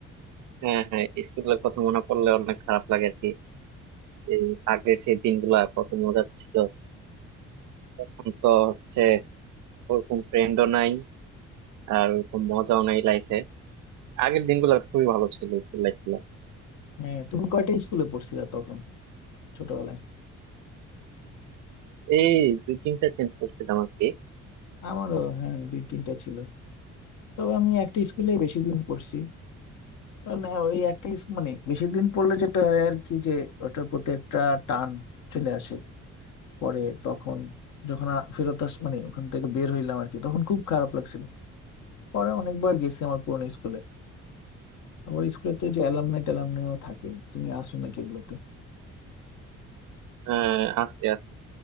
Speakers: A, on the right; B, on the left.
A: হ্যাঁ হ্যাঁ স্কুলের কথা মনে পড়লে অনেক খারাপ লাগে আর কি এই আগের সেই দিনগুলা কত মজা ছিল এখন তো হচ্ছে ওরকম ফ্রেন্ডও নাই আর ওরকম মজাও নাই লাইফে আগের দিনগুলো খুবই ভালো ছিল স্কুল লাইফ গুলা
B: <laughs> হ্যাঁ তুমি কয়টা স্কুলে পড়ছিলা তখন ছোটবেলায়
A: এই দুই তিনটা চেঞ্জ করছিলাম আর কি
B: আমারও হ্যাঁ দুই তিনটা ছিল তবে আমি একটা স্কুলে বেশি দিন পড়ছি মানে ওই একটা স্কুল মানে বেশি দিন পড়লে যেটা হয় আর কি যে ওটার প্রতি একটা টান চলে আসে পরে তখন যখন আ- ফেরত আস মানে ওখান থেকে বের হইলাম আর কি তখন খুব খারাপ লাগছিল পরে অনেকবার গেছি আমার পুরনো স্কুলে আবার স্কুলে তো ওই যে অ্যালামনাই ট্যালামনাইও থাকে তুমি আসো নাকি এগুলোতে
A: আহ আস্তে আস্তে